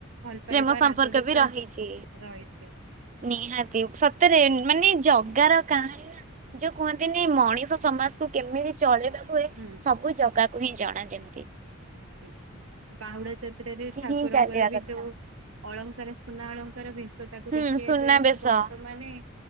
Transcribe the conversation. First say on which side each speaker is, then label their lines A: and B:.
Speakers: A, on the right; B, on the right.
A: ଭଲ
B: ପ୍ରେମ
A: ପାଇବା
B: ସମ୍ପର୍କ
A: ରାଗ ରୁଷା
B: ବି ରହିଛି।
A: ରହିଛି।
B: ନିହାତି, ସତରେ ମାନେ ଜଗାର କାହାଣୀ ନା! ଯୋଉ କୁହନ୍ତିନି, ମଣିଷ ସମାସକୁୁ କେମିତି ଚଳେଇବା ହୁଏ
A: ହୁଁ
B: ସବୁ ଜାଗାକୁ ହିଁ ଜଣା ଯେମତି
A: ଠିକ୍ ବାହୁଡା ଯାତ୍ରାରେ ଠାକୁରଙ୍କର
B: ହିଁ ଚାଲିବା
A: ବି
B: କଥା।
A: ଯୋଉ ଅଳଙ୍କାର ସୁନା ଅଳଙ୍କାର ଭେଷ ତାକୁ
B: ହୁଁ
A: ଦେଖିବେ
B: ସୁନାବେଶ
A: ବେଳିତ ଭକ୍ତମାନେ